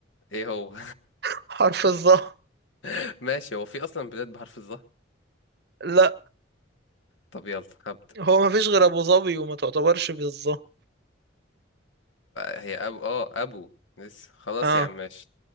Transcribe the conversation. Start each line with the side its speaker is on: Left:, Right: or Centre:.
Left: ايه هو
Right: <laughs> حرف الظا
Left: <laughs> ماشي هو في أصلا بلاد بحرف الظهر
Right: لا
Left: طب يلا هبدأ
Right: هو مفيش غير ابو ظبي وما تعتبرش بالظا
Left: هي ابو اه ابو لسه خلاص
Right: اه
Left: يا عم ماشي